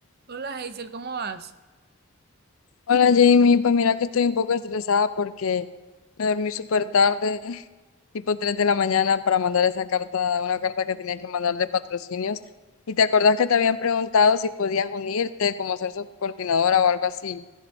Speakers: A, on the right (about 45°); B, on the left (about 70°).
A: Hola Hazel, ¿cómo vas?
B: Hola Jamie, pues mira que estoy un poco estresada porque me dormí súper tarde, <laughs> tipo 3 de la mañana, para mandar esa carta, una carta que tenía que mandar de patrocinios. Y te acordás que te habían preguntado si podías unirte, como ser subcoordinadora o algo así.